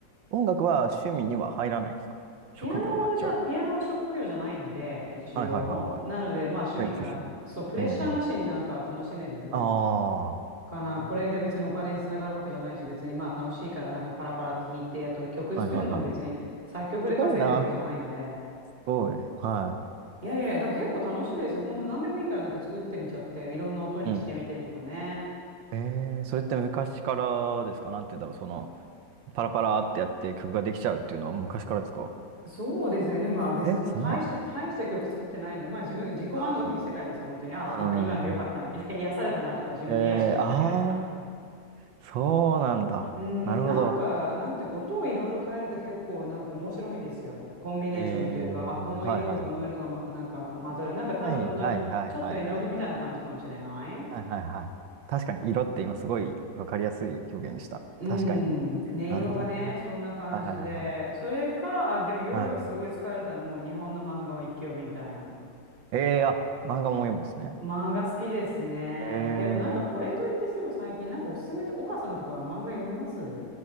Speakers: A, on the right (about 80°); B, on the right (about 30°).
A: 音楽は趣味には入らないんですか職業になっちゃう。
B: ピアノじゃ、ピアノは職業じゃないので、一応。
A: はいはいはいはい。
B: なので、まあ趣味かな。
A: じゃあ一応趣味。
B: そう、プレッシャーなしになんか楽しめる。
A: うんうん。ああ。
B: かな。
A: えー
B: これで別にお金につながるわけじゃないし、別にまあ楽しいからなんかパラパラって弾いて、あと曲作るのも別に作曲で稼いでるわけじゃないので。
A: はいはいはい。すごいな。すごい。は
B: いやいや、だから結構楽しいですよ。本当何でもいいからなんか作ってみちゃって、いろんな音にしてみてとかね。
A: い。うん。えー、それって昔からですかなんて言うんだろう。その、パラパラってやって曲ができちゃうっていうのは昔からですか
B: そうですね。でもまあ別にその大した、
A: えそうなの
B: 大した曲作ってないんで、まあ自分、自己満足の世界ですよ、
A: は
B: 本当に。ああ、
A: い。うん。
B: なんか今の良かったな、みたいな。<laughs> 癒されたなとか自分で癒してるみたいな。
A: えー、ああ。そうなんだ。
B: うーん、
A: なるほど。
B: なんか、なんて、音をいろいろ変えると結構なんか面白いんですよ。コンビネーションというか、
A: えー、
B: あ、この色とこの色が、
A: はいはいはいはい。
B: ま、なんか混ざる。なんか多分本当にちょっと絵の具みたいな感じかもしれない。
A: はいはいはいはいはいはい。はいはいはい。確かに色って今すごいわかりやすい表現でした。
B: うん、
A: 確かに。
B: 音色がね、
A: なるほどな。
B: そんな感じで。
A: はいはいはいはい。
B: それか、あ、でも夜はすごい疲れたらもう日本の漫画を一気読みみたいな。
A: はい。えー、あ、漫画も読むんですね。
B: 漫画好きですね。
A: えー、
B: でもなんかこれといってすいません最近なんかおすすめって岡さんとか漫画読みます